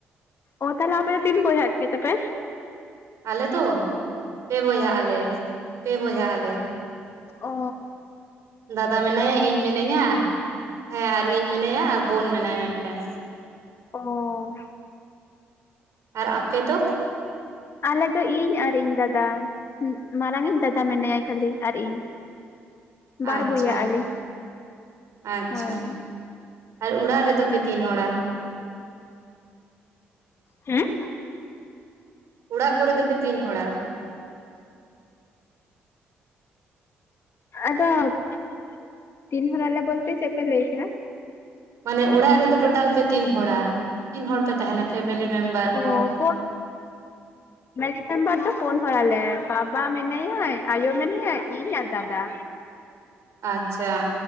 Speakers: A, on the left; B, on the right.
A: ᱚ ᱛᱟᱦᱚᱞᱮ ᱟᱯᱮ ᱫᱚ ᱛᱤᱱ ᱵᱚᱭᱦᱟ ᱜᱮ ᱛᱮᱯᱮ
B: ᱟᱞᱮ ᱫᱚ ᱯᱮ ᱵᱚᱭᱦᱟᱜ ᱟᱞᱮ ᱯᱮ ᱵᱚᱭᱦᱟᱜ ᱟᱞᱮ
A: ᱚ
B: ᱫᱟᱫᱟ ᱢᱮᱱᱟᱭᱟ ᱤᱧ ᱢᱤᱱᱟᱹᱧᱟ ᱦᱮᱸ ᱟᱨ ᱤᱧ ᱢᱮᱱᱟᱭᱟ ᱟᱨ ᱵᱳᱱ ᱢᱮᱱᱟᱭᱟ ᱢᱤᱫᱴᱮᱱ
A: ᱚᱸ
B: ᱟᱨ ᱟᱯᱮ ᱫᱚ
A: ᱟᱞᱮ ᱫᱚ ᱤᱧ ᱟᱨ ᱤᱧ ᱫᱟᱫᱟ ᱢᱟᱨᱟᱝ ᱤᱧ ᱫᱟᱫᱟ ᱢᱮᱱᱟᱭᱟ ᱠᱷᱟᱹᱞᱤ ᱟᱨ ᱤᱧ ᱵᱟᱨ
B: ᱟᱪᱪᱷᱟ
A: ᱵᱚᱭᱦᱟ ᱟᱹᱞᱤᱧ
B: ᱟᱪᱪᱷᱟ
A: ᱦᱳᱭ
B: ᱟᱨ ᱚᱲᱟᱜ ᱨᱮᱫᱚ ᱯᱮ ᱛᱤᱱ ᱦᱚᱲᱟ
A: ᱦᱮᱸ
B: ᱚᱲᱟᱜ ᱠᱚᱨᱮ ᱫᱚᱯᱮ ᱛᱤᱱ ᱦᱚᱲᱟ
A: <inaudible> ᱛᱤᱱᱦᱚᱨ ᱟᱞᱮ ᱵᱚᱞᱛᱮ ᱪᱮᱫ ᱯᱮ ᱞᱟᱹᱭ ᱠᱮᱫᱟ
B: ᱢᱟᱱᱮ ᱚᱲᱟᱜ ᱨᱮᱫᱚ ᱴᱳᱴᱟᱞ ᱯᱮ ᱛᱤᱱ ᱦᱚᱲᱟ ᱛᱤᱱ ᱦᱚᱲ ᱯᱮ ᱛᱟᱦᱮᱱᱟ ᱯᱷᱮᱢᱮᱞᱤ ᱢᱮᱢᱵᱟᱨ
A: ᱚ <unintelligible>
B: ᱠᱚ
A: ᱯᱷᱮᱢᱮᱞᱤ ᱢᱮᱢᱵᱟᱨ ᱫᱚ ᱯᱳᱱ ᱦᱚᱲ ᱟᱞᱮ ᱵᱟᱵᱟ ᱢᱮᱱᱟᱭᱟᱭ ᱟᱭᱳ ᱢᱮᱱᱟᱭᱟᱭ ᱤᱧ ᱟᱨ ᱫᱟᱫᱟ
B: ᱟᱪᱪᱷᱟ